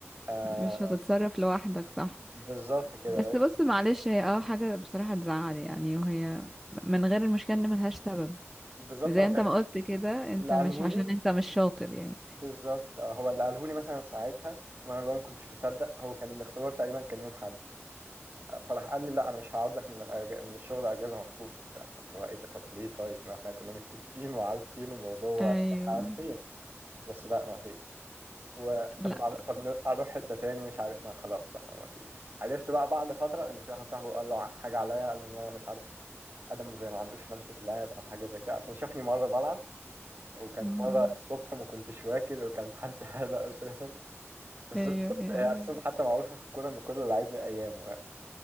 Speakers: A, on the right; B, in the centre.
A: آه
B: مش هتتصرف لوحدك صح
A: بالظبط كده
B: بس بص معلش هي اه حاجة بصراحة تزعل يعني وهي من غير المشكلة ان ملهاش سبب
A: بالظبط
B: زي
A: هو
B: انت
A: كان
B: ما قلت كده انت
A: اللي قالهولي
B: مش عشان انت مش شاطر يعني
A: بالظبط آه، هو اللي قالهولي مثلا ساعتها وانا اللي هو ما كنتش مصدق هو كان الاختبار تقريبا كان يوم حد آه، فراح قال لي لا انا مش هقعد لك من الأج... من الشغل اجازه مخصوص وبتاع فاللي هو ايه ده طب ليه طيب ما احنا كنا متفقين وعارفين الموضوع واحنا
B: ايوه
A: عارفين بس لا ما فيش وطب
B: لا
A: بعد- طب ن- اروح حته تاني مش عارف ما خلاص بقى ما فيش عرفت بقى بعد فتره ان في واحد صاحبه قال له ع- حاجه عليا قال له ان انا مش عارف ادم زي ما عندوش لمسه لعب او حاجه زي كده عشان شافني مره بلعب وكانت
B: آه.
A: مره الصبح وما كنتش واكل وكانت حالتي حاله اساسا بس زي
B: ايوه
A: ما قلت،
B: يا
A: هي اساسا حتى معروفه في الكوره ان كل لعيب له ايامه يعني